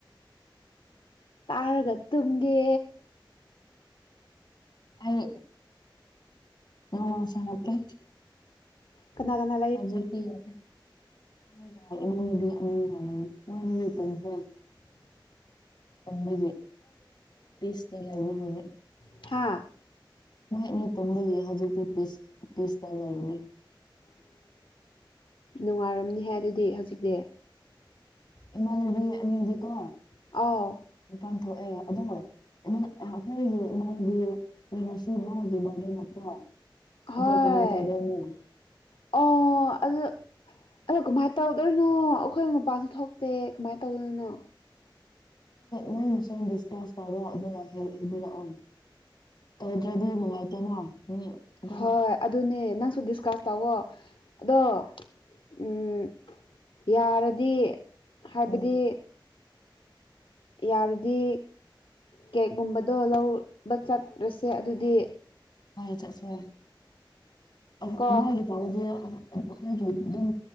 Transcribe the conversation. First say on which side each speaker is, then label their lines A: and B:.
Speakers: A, on the left; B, on the left.
A: ꯇꯥꯔꯒ ꯇꯨꯝꯒꯦ
B: ꯑꯩ ꯅꯃꯁ꯭ꯔꯦ
A: ꯀꯥꯅ ꯀꯥꯅ
B: ꯑꯖꯤꯗꯤꯦꯇꯅꯤ ꯍꯥꯏ ꯀꯝꯕꯒꯤ ꯄꯁ ꯅ ꯂꯩꯕꯅꯦ
A: ꯊꯥ
B: ꯃꯍꯅꯤ ꯇꯨꯝꯝꯕꯒꯤ ꯍꯧꯖꯤꯛꯇꯤ ꯄꯤꯁ ꯄꯤꯁ ꯇꯥꯖꯕꯅꯦ
A: ꯅꯨꯡꯉꯥꯏꯔꯝꯅꯤꯍ ꯑꯗꯨꯗꯤ ꯍꯧꯖꯤꯛꯇꯤ
B: ꯏꯃꯥꯗꯤ ꯑꯅꯤꯗꯤ ꯀꯣ
A: ꯑꯥꯎ
B: ꯏ ꯄꯥꯟ ꯊꯣꯛꯑ ꯑꯗꯨꯝ ꯃ ꯑꯩꯈꯣꯏꯒꯤ ꯏꯃꯨꯡꯒꯤ ꯉꯁꯤ ꯏꯃꯥꯡꯒꯤ ꯕꯥꯔꯗꯦ ꯅꯠꯇ꯭ꯔꯣ
A: ꯍꯣꯏ
B: ꯑꯗꯣ ꯀꯃꯥꯏ ꯇꯧꯗꯣꯏꯅꯣ
A: ꯑꯣ ꯑꯗꯨ ꯑꯗꯣ ꯀꯃꯥꯏꯅ ꯇꯧꯗꯣꯏꯅꯣ ꯑꯩꯈꯣꯏ ꯃꯄꯥꯟꯁꯨ ꯊꯣꯛꯇꯦ ꯀꯃꯥꯏꯅ ꯇꯧꯗꯣꯏꯔꯤꯅꯣ
B: ꯅꯪꯅꯁꯨꯝ ꯗꯤꯁꯀꯥꯁ ꯇꯥꯧꯕ ꯑꯗꯨꯔꯑꯣ ꯇꯧꯗ꯭ꯔꯗꯤ ꯅꯨꯡꯉꯥꯏꯇꯦꯅ ꯃꯤ ꯑꯗꯨꯝ
A: ꯍꯣꯏ ꯑꯗꯨꯅꯦ ꯅꯪꯁꯨ ꯗꯤꯁꯀꯁ ꯇꯧꯋꯣ ꯑꯗꯣ ꯎꯝ ꯌꯥꯔꯗꯤ ꯍꯥꯏꯕꯗꯤ
B: ꯎꯝ
A: ꯌꯥꯔꯗꯤ ꯀꯦꯛꯒꯨꯝꯕꯗꯣ ꯂꯧꯕ ꯆꯠꯂꯁꯦ ꯑꯗꯨꯗꯤ
B: ꯍꯣꯏ ꯆꯁ ꯇꯗꯤ
A: ꯀꯣ
B: ꯑꯩꯈꯣꯏꯒꯤ ꯑꯗꯨꯝ